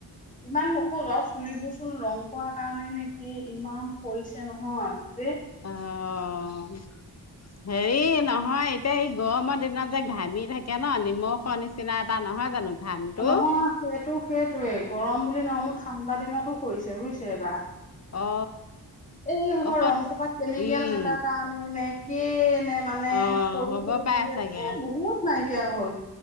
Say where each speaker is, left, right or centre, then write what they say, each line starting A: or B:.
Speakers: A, on the left; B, on the left.
A: ইমান নখ্যোৱাই। চুলিবচোন ৰং কৰা কাৰণে নে কি ইমান সৰিছে নহয় গোটেই।
B: অঁ। হেৰি নহয় এতিয়া এই গৰমৰ দিনত যে ঘামি থাকে ন নিমখৰ নিচিনা এটা নহয় জানো। ঘামটো
A: নহয় সেইটো সেইটোৱেই গৰম বুলি নহয় ঠাণ্ডা দিনতোছে বুজিছে বা।
B: অ।
A: এই খোপা
B: ঔষধ
A: ৰং কোপাত কেমিকেল
B: উম
A: থকা কাৰণে নে কিএ নে মানে
B: অ
A: সৰি
B: হ'ব
A: সৰু।
B: পাই চাগে
A: বহুত নাইকিয়া হ'ল।